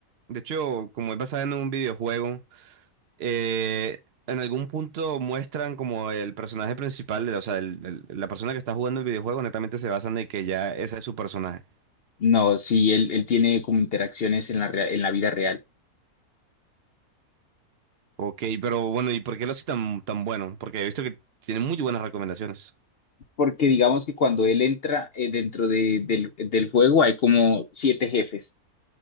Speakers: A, on the right; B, on the left.
A: De hecho, como es basada en un videojuego, eh, en algún punto muestran como el personaje principal, o sea, el- el- la persona que está jugando el videojuego, netamente se basan en que ya ese es su personaje.
B: No, sí, él, él tiene como interacciones en la, rea- en la vida real.
A: Ok, pero bueno, ¿y por qué lo hace tan, tan bueno? Porque he visto que tiene muy buenas recomendaciones.
B: Porque digamos que cuando él entra eh, dentro de- del, del juego hay como siete jefes.